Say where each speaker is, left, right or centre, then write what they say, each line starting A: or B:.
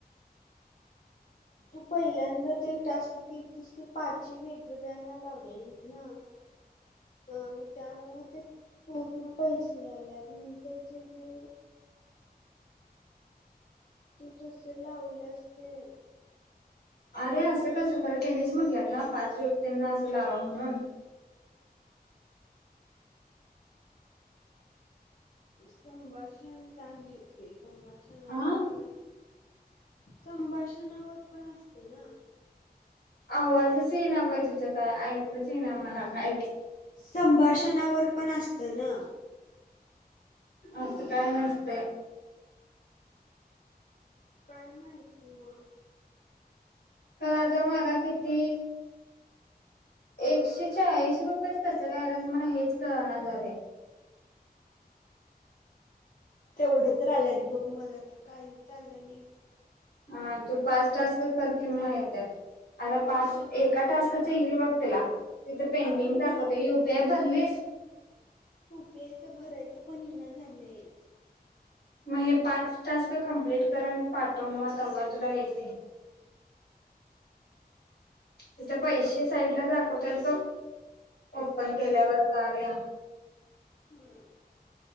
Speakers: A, on the left (about 55°); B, on the left (about 80°).
A: तू पहिल्यांदा ते टास्क केली तस ते पाची वेग वेगवेगळ्यांना लाव् ना अ मग त्यामुळे ते पूर्ण पैसे आलेत नंतरचे जे तू तस लावलंस ते
B: अरे असं कसं खरं तेनिच म्हटल्यात ना पाच व्यक्तींना असं लावा म्हणून
A: संभाषण काय माहिती संभाषणावर
B: अ
A: पण असतय संभाषणावर पण असत ना
B: आवाजच ये ना बाई तुझं काय ऐकूच ये ना मला कायचं
A: संभाषणावर पण असत ना
B: असं काय नसतय
A: काय माहिती म
B: तर आता मला किती एकशे चाळीस रुपयेच कस काय आल्यात मला हेच कळणा झालंय
A: तेवढं तर आलंयत बघ मला तर काहीच आलं नाही
B: हा तू पाच टास्क कर की मग येतात आता पाच एका टास्कच येईल बघ तुला तिथे पेंडिंग
A: अगे नाही
B: दाखवते युपीआय भरलीस
A: यूपीआयचं भरायचं पण येना झालय
B: मग हे पाच टास्क कम्प्लीट कर आणि पाठव मग तेव्हा तुला येते तिथ पैसे साईडला दाखवत बघ ओपन केल्यावर कार या
A: हम्म